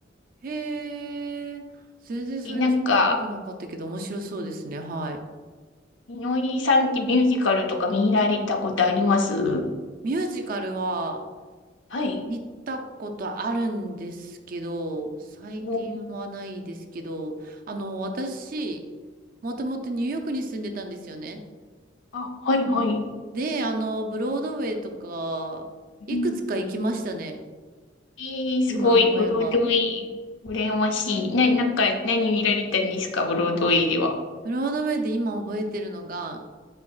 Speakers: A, on the right (about 45°); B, on the left (about 75°).
A: へえ。全然それ聞いたことなかったけど面白そうですね。
B: え、なんか、
A: はい。
B: みのりさんってミュージカルとか見られたことあります
A: ミュージカルは
B: はい。
A: 見たことあるんですけど、最近はないですけど、
B: お、
A: あの、私、もともとニューヨークに住んでたんですよね。
B: あ、はい、はい。
A: で、あの、ブロードウェイとか、いくつか行きましたね。
B: うん。えー、すごい、
A: 今思えば。
B: ブロードウェイ、羨ましい。な、なんか、何見られたんですか、ブロードウェイでは。
A: ブロードウェイで今覚えてるのが、